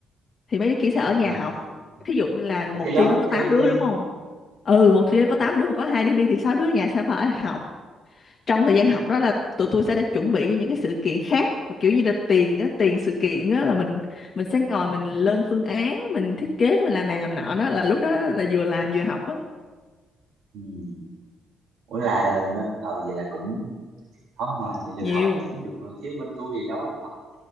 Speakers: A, on the left; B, on the right.
A: thì mấy đứa kia sẽ ở
B: nhưng
A: nhà
B: mà
A: học
B: ờ,
A: thí dụ như là
B: là
A: một
B: cái lớp
A: team nó có 8
B: cái
A: đứa
B: cái
A: đúng không ừ một
B: ờ,
A: team nó có 8 đứa mà có hai đứa đi thì sáu đứa ở nhà sẽ phải học trong thời gian học đó là tụi tôi sẽ đã chuẩn bị cho những cái sự kiện khác mà kiểu như là tiền á, tiền sự kiện á, là mình mình sẽ ngồi mình lên phương án mình thiết kế mình làm này làm nọ đó là lúc đó là vừa làm vừa học á
B: ừ. ủa là bên ờ vậy là cũng không mà chị được
A: nhiều
B: học là cũng được rồi chứ bên tôi thì đâu có được học